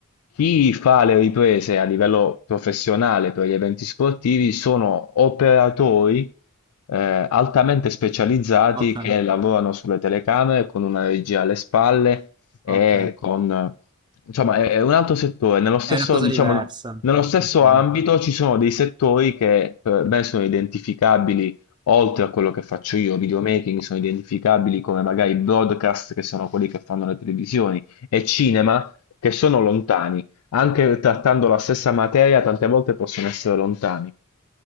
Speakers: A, on the left; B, on the right.
A: Chi fa le riprese a livello professionale per gli eventi sportivi sono operatori eh, altamente specializzati
B: okay,
A: che lavorano sulle telecamere con una regia alle spalle e
B: okay.
A: con... Insomma, è, è un altro settore. Nello stesso,
B: È una cosa
A: diciamo,
B: diversa.
A: nello stesso
B: Okay.
A: ambito ci sono dei settori che per me sono identificabili, oltre a quello che faccio io, videomaking, sono identificabili come magari broadcast, che sono quelli che fanno le televisioni, e cinema che sono lontani, anche trattando la stessa materia, tante volte possono essere lontani.